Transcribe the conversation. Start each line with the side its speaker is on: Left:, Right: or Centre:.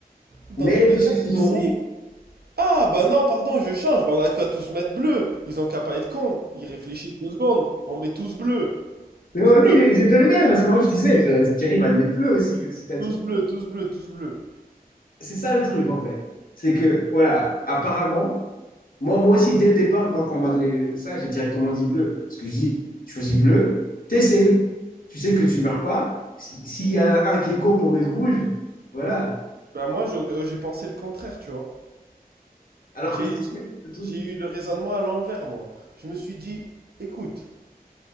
Right: Dans
Left: Mais
Right: tous les
Left: tous
Right: cas,
Left: ceux qui
Right: c'est
Left: ont rouge.
Right: safe. Ah, bah non, pardon, je change. Bah, on a qu'à tous mettre bleu. Ils ont qu'à pas être cons. Ils réfléchissent deux secondes. On met tous bleu.
Left: Mais
Right: Tous
Left: <laughs> ouais,
Right: bleu.
Left: mais j'étais le dernier parce que moi je te disais, je- Thierry va le mettre bleu aussi si t'as tout.
Right: Tous bleu, tous bleu, tous bleu.
Left: c'est ça le truc en fait. C'est que, voilà, apparemment, moi, moi aussi, dès le départ, moi, quand on m'a donné le- ça, j'ai directement dit bleu. Parce que je dis, tu choisis bleu, t'es safe. Tu sais que tu meurs pas. Si- S'il y en a un qui est con pour mettre rouge, voilà.
Right: Bah, moi, j'ai euh, j'ai pensé le contraire, tu vois.
Left: Alors
Right: J'ai
Left: que c'est le truc.
Right: j'ai eu le raisonnement à l'envers, moi. Je me suis dit, écoute.